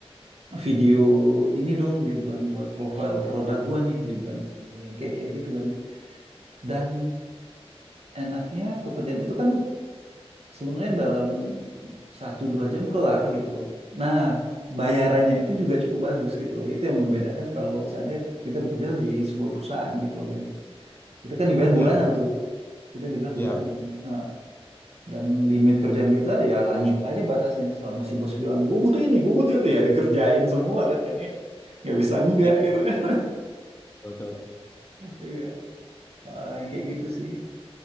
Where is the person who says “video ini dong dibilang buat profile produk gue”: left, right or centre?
Right